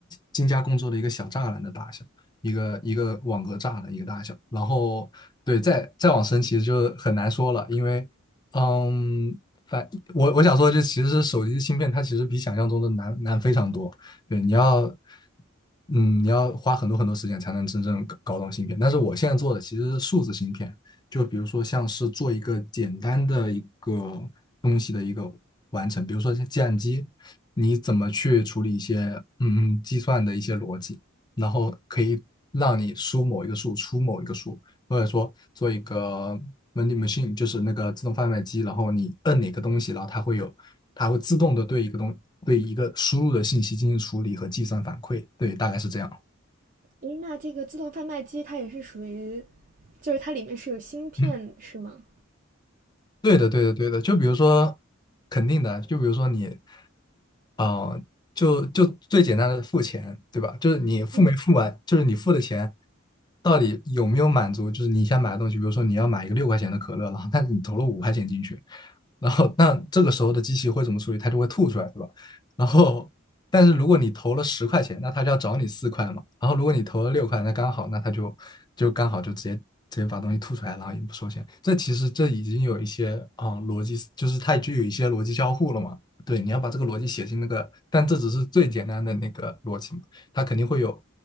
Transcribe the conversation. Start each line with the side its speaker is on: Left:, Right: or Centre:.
Left: 精加工之后的一个小栅栏的大小，一个一个网格栅栏一个大小。然后对，再再往深其实就很难说了，因为嗯。反我我想说，就其实是手机芯片，它其实比想象中的难难非常多。对，你要，嗯，你要花很多很多时间才能真正搞搞懂芯片。但是我现在做的其实是数字芯片，就比如说像是做一个简单的一个东西的一个完成，比如说像计算机，你怎么去处理一些嗯嗯计算的一些逻辑，然后可以让你输某一个数，出某一个数，或者说做一个 vending machine，就是那个自动贩卖机，然后你摁哪个东西，然后它会有，它会自动的对一个东对一个输入的信息进行处理和计算反馈，对，大概是这样。
Right: 诶，那这个自动贩卖机它也是属于，就是它里面是有芯片是吗？
Left: 嗯，对的，对的，对的。就比如说，肯定的，就比如说你，呃，就就最简单的付钱，对吧？就是你付没付完，
Right: 嗯，
Left: 就是你付的钱。到底有没有满足？就是你想买的东西，比如说你要买一个六块钱的可乐，然后但是你投了五块钱进去，然后那这个时候的机器会怎么处理？它就会吐出来，对吧？然后，但是如果你投了十块钱，那它就要找你四块嘛。然后如果你投了六块，那刚好，那它就就刚好就直接直接把东西吐出来，然后也不收钱。这其实这已经有一些啊、嗯逻辑，就是它具有一些逻辑交互了嘛。对，你要把这个逻辑写进那个，但这只是最简单的那个逻辑嘛，它肯定会有，